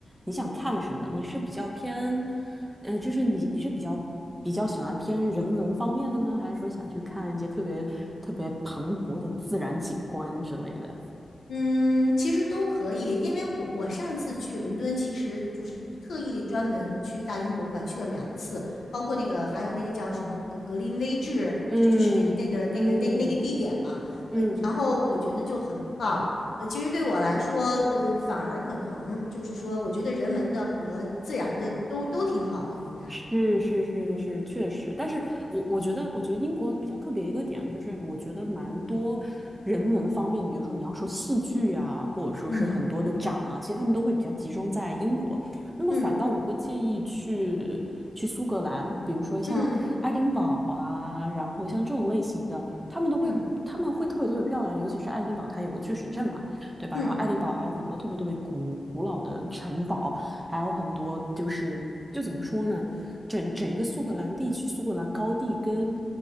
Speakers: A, on the right (about 20°); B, on the left (about 80°).
A: 你想看什么。你是比较偏，呃，就是你你是比较比较喜欢偏人文方面的呢，还是说想去看一些特别特别磅礴的自然景观之类的？
B: 嗯，其实都可以，因为我我上次去伦敦，其实就是特意专门去大英博物馆去了两次，包括那个还有那个叫什么格格林威治，
A: 嗯嗯嗯。
B: 就就是那个那个那个那那个地点嘛，
A: 嗯嗯
B: 呃，然后我觉得就很棒，呃，其实对我来说，呃，反而可能就是说，我觉得人文的和自然的都都挺好的，应该，
A: 是是是是，确实，但是我我觉得，我觉得英国比较特别一个点就是，我觉得蛮多人文方面，比如说你要说戏剧啊，或者说是很多的展啊，
B: 嗯
A: 其实他们都会比较集中在英国。那么反倒我会建议去去苏格兰，
B: 嗯
A: 比如说像爱丁堡啊，
B: 嗯
A: 然后像这种类型的，他们都会他们会特别特别漂亮，
B: 嗯
A: 尤其是爱丁堡，它有个巨石阵嘛，对吧？
B: 嗯
A: 然后爱丁堡还有很多特别特别古古老的城堡。还有很多就是就怎么说呢，整整个苏格兰地区，苏格兰高地跟